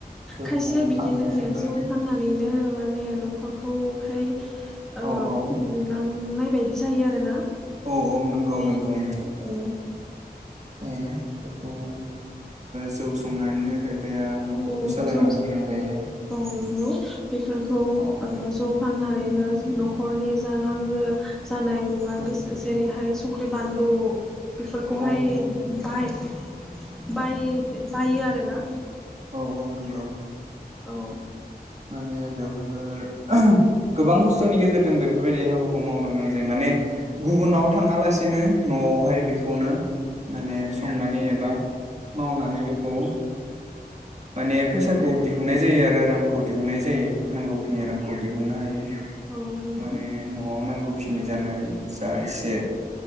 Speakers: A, on the right; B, in the centre.
A: जौखौ
B: खायसेया बिदिनो
A: फाननो थाखाय
B: जौ फाननानैनो माने नखरखौ हाय ओ
A: औ औ
B: खुंलांनाय बायदि जायो आरोना
A: औ औ नंगौ
B: गैयैफोरा
A: नंगौ नंगौ
B: औ।
A: औ औ ओ जौ संनानैनो खाय फाया नखरखौ
B: औ
A: सालायलांनो
B: जौ
A: गोनां जायो।
B: औ नंगौ बेफोरखौ
A: अ
B: ओ जौ फाननानैनो न'खरनि जा नांगो जानाय मुवा
A: औ
B: बे जेरैहाय संख्रि, बान्लु, बेफोरखौहाय
A: औ औ नंगौ
B: बाहाय बाय बायो आरोना।
A: औ औ नंगौ।
B: औ
A: माने बेवहायबो गोबां खस्थनि गेजेरजों बेफोरबायदि हाबाखौ मावनो गोनां जायो माने गुबुनाव थाङालासेनो नआवहाय बेखौनो माने संनानै एबा मावनानै बेखौ माने फैसाखौ दिहुननाय जायो आरो रांखौ दिहुननाय जायो नांगौखिनि रांखौ दिहुननो हायो।
B: औ नंगौ
A: माने न'आव नांगौ खिनि जानाय जा एसे